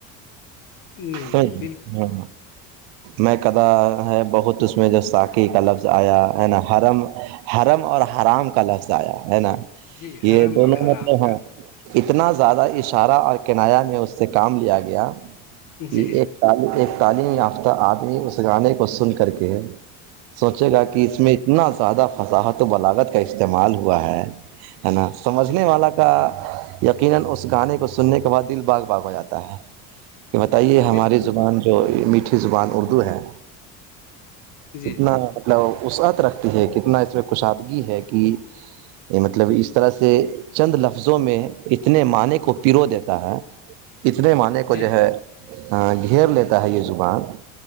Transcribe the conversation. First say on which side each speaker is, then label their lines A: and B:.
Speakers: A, on the left; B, on the right.
A: نہیں نہیں
B: ہاں
A: بالکل
B: ہاں میں کدا ہے بہت اس میں جو ساکی کا لفظ آیا ہے نا حرم حرم اور حرام کا لفظ آیا ہے نا
A: جی
B: یہ
A: حرم
B: دونوں
A: اور حرام
B: مطلب
A: کا
B: ہیں اتنا زیادہ اشارہ اور کنایا میں اس سے کام لیا گیا کہ
A: جی
B: ایک ایک تعلیم یافتہ آدمی اس گانے کو سن کر کے سوچے گا
A: جی
B: کہ اس میں اتنا زیادہ فضاحت و بلاغت کا استعمال ہوا ہے ہے نا سمجھنے
A: جی
B: والا کا یقینا اس گانے کو سننے کے بعد دل باغ باغ ہو جاتا ہے کہ بتائیے ہماری
A: بالکل
B: زبان جو میٹھی زبان اردو ہے
A: جی
B: کتنا مطلب وسعت رکھتی ہے کتنا اس میں کشادگی ہے کہ یہ مطلب اس طرح سے چند لفظوں میں اتنے معنی کو پیرو دیتا ہے اتنے معنی کو
A: جی
B: جو ہے
A: جی
B: گھیر لیتا ہے یہ زبان